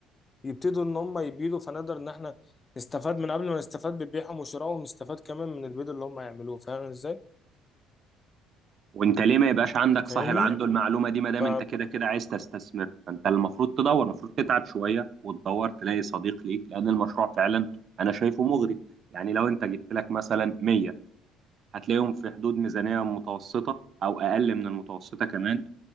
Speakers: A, on the left; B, on the right.
A: يبتدوا ان هم يبيدوا فنقدر ان احنا نستفاد من قبل ما نستفاد ببيعهم وشرائهم ونستفاد كمان من البيض اللي هم هيعملوه فاهم ازاي؟
B: وانت ليه ما يبقاش عندك
A: انت
B: صاحب
A: فاهمني؟
B: عنده المعلومه دي ما دام
A: ف
B: انت كده كده عايز تستثمر فانت المفروض تدور المفروض تتعب شويه وتدور تلاقي صديق ليك لان المشروع فعلا انا شايفه مغري يعني لو انت جبت لك مثلا 100 هتلاقيهم في حدود ميزانيه متوسطه او اقل من المتوسطه كمان